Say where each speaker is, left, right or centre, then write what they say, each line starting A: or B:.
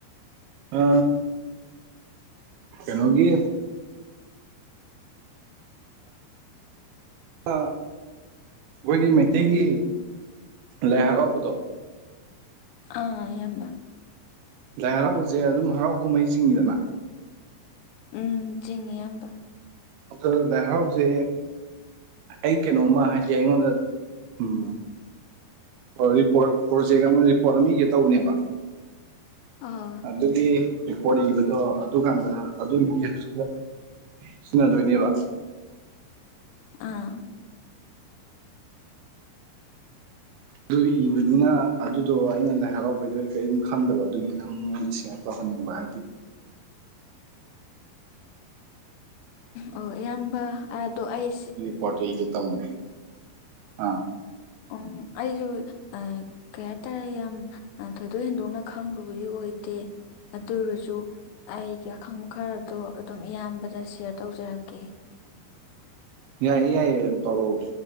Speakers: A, on the right; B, on the left.
A: ꯑ ꯀꯩꯅꯣꯒꯤ ꯑꯩꯈꯣꯏꯒꯤ ꯃꯩꯇꯩꯒꯤ ꯂꯥꯏ ꯍꯔꯥꯎꯕꯗꯣ
B: ꯑꯥ ꯌꯥꯝꯝꯕ
A: ꯂꯥꯏ ꯍꯔꯥꯎꯕꯁꯦ ꯑꯗꯨꯝ ꯍꯔꯥꯎ ꯀꯨꯝꯍꯩ ꯆꯤꯡꯉꯤꯗꯅ
B: ꯎꯝ ꯆꯤꯡꯉꯦ ꯏꯌꯥꯝꯕ
A: ꯑꯗ ꯂꯩꯥꯏꯍꯔꯥꯎꯁꯦ ꯑꯩ ꯀꯩꯅꯣꯝꯃ ꯍꯥꯏꯗꯤ ꯑꯩꯉꯣꯟꯗ ꯎꯝ ꯑꯣ ꯔꯤꯄꯣꯔꯠ ꯄ꯭ꯔꯣꯖꯦꯛ ꯑꯃ ꯔꯤꯄꯣꯔꯠ ꯑꯅꯤꯒ ꯇꯧꯕꯅꯦꯕ
B: ꯑ
A: ꯑꯗꯨꯒꯤ ꯔꯦꯀꯣꯔꯠ ꯏꯕꯗꯣ ꯑꯗꯨꯀꯥꯟꯗ ꯑꯗꯨꯒꯤ ꯍꯧꯖꯤꯛ ꯁꯤꯖꯤꯟꯅꯗꯣꯏꯅꯦꯕ
B: ꯑꯥ
A: ꯑꯗꯨꯏ ꯑꯣꯏꯕꯅꯤꯅ ꯑꯗꯨꯗꯣ ꯑꯩꯅ ꯂꯥꯏ ꯍꯔꯥꯎꯕꯩꯗꯣ ꯑꯩ ꯀꯔꯤꯝ ꯈꯪꯗꯕ ꯑꯗꯨꯒꯤ ꯅꯪ ꯃꯤꯉꯣꯟꯗ ꯁꯤꯌꯔ ꯇꯧꯍꯟꯅꯤꯡꯕ ꯍꯥꯏꯗꯤ
B: ꯑꯣ ꯑꯌꯥꯝꯕ ꯑꯗꯣ ꯑꯩ
A: ꯄꯣꯠꯒꯦ ꯇꯧꯅꯤ ꯑ
B: ꯑꯣ ꯑꯩ ꯑ ꯀꯦꯇꯔ ꯌꯥꯝꯝ ꯊꯣꯏꯗꯣꯛ ꯍꯦꯟꯗꯣꯛꯅ ꯈꯪꯕꯕꯨꯗꯤ ꯑꯣꯏꯗꯦ ꯑꯗꯨꯔꯁꯨ ꯑꯩꯒꯤ ꯑꯈꯪꯕ ꯈꯔꯗꯣ ꯑꯗꯨꯝ ꯏꯌꯥꯝꯕꯗ ꯁꯌꯥꯔ ꯇꯧꯖꯔꯛꯀꯦ
A: ꯌꯥꯏꯌꯦ ꯌꯥꯏꯌꯦ ꯑꯗꯨꯝ ꯇꯧꯔꯛꯑꯣ